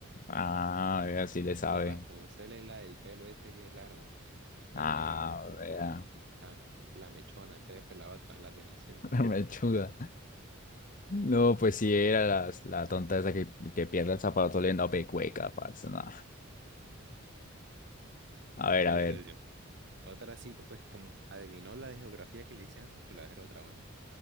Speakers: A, on the left; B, on the right.
A: Ah, vea, sí le sabe.
B: Y Rapunzel es la del pelo este y es largo. La
A: Ah,
B: que.
A: vea,
B: La, la- la mechona, entonces pues la otra, la cenicienta.
A: <laughs> la mechuda. No, pues sí, era las- la, tonta esa que, que pierde el zapato oliendo a pecueca, parce, no. A ver,
B: Mire,
A: a ver.
B: yo. Otra sí, pues como adivinó la de geografía que le hice antes, pues la voy a hacer otra, bueno.